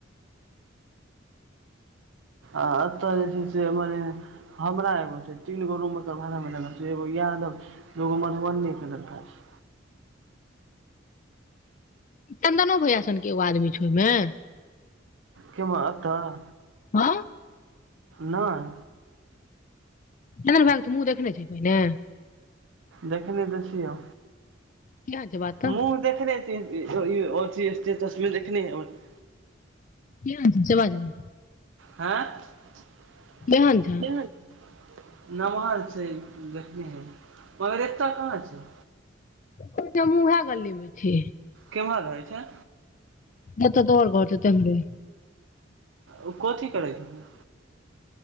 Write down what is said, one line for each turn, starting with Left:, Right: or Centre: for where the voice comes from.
Right: आ अतऽ जे छै से एम्हर एहेन। हमरा एगो छै तीन गो रूम एकर भाड़ा मे लागल छै एगो यादव। लोग मधुबनी के लड़का छै।
Left: चन्दनो भैयाासनके एगो आदमी छौ ओहिमे?
Right: केम्हर अतऽ?
Left: हँ।
Right: नैय।
Left: चन्दन भाय के तु मुँह देखने छी पहिने?
Right: देखने तऽ छियौ।
Left: की हाल <unintelligible> बात। तऽ
Right: मुँह देखने अथि स्टेटस मे देखने हीयै ओना।
Left: की हाल चै जबाज रौ?
Right: हँ की
Left: केहन छै
Right: भेलौ। नम्हर छै देखने हेबै। पर एतऽ कहाँ छै?
Left: कहै छै हम उहे गल्ली मे छी।
Right: केम्हर रहै छै?
Left: जतऽ तोहर घर छौ तेहन्रे।
Right: ओ कथी करै छै?